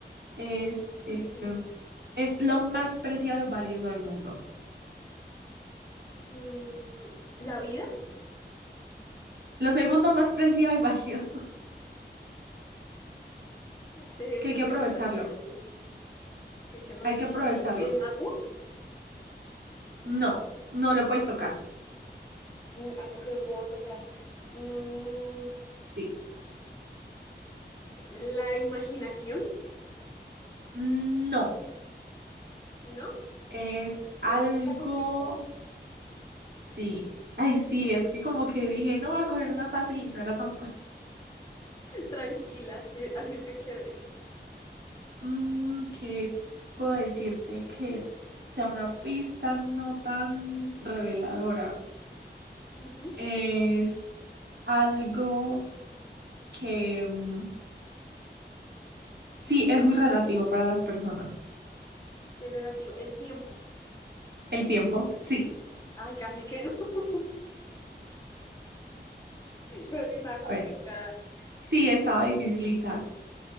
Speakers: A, on the right; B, on the left.
A: este
B: Sí.
A: es lo más preciado y valioso del mundo.
B: Mm, ¿la vida?
A: Lo segundo más preciado y valioso, <laughs>
B: Déjeme
A: que hay que
B: pensar,
A: aprovecharlo.
B: a ver, que, que hay que aprovecharlo.
A: Hay que aprovecharlo.
B: ¿El agua?
A: No, no lo puedes tocar.
B: Mm, algo que no puedo tocar. Mm,
A: Sí.
B: ¿la imaginación?
A: Mm, No,
B: ¿No?
A: es
B: Uy,
A: algo
B: eso está complicado.
A: Sí. Ay, sí, es que como que dije, no voy a coger una fácil y no era tan fácil.
B: tranquila. eh, Así es que chévere.
A: Mm, ¿qué puedo decirte que sea una pista no tan reveladora?
B: Ujú,
A: Es algo que mm, sí es muy relativo para las personas.
B: Qué relativo. El tiempo.
A: El tiempo, sí.
B: Ay, casi que no, <laughs> pero sí estaba complicada.
A: A ver, sí estaba dificilita.